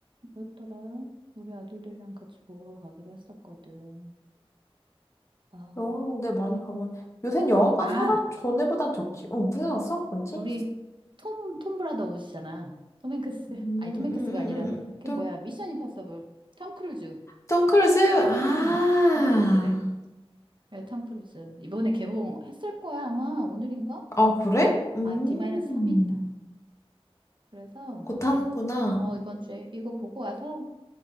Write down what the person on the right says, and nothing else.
뭐였더라? 우리 아들들이랑 같이 보러 가기로 했었거든. 아,
그럼.
아,
우리 톰, 톰 브라더 옷이잖아. 톰 행크스.
아니, 톰
행크스가
아니라
그
뭐야? 미션 임파서블. 톰 크루즈.
음, 톰 행크스래. 예, 톰 크루즈. 이번에 개봉했을 거야, 아마. 오늘인가?
아, D-3일이다. 그래서
애- 어, 이번 주에 이거 보고 와서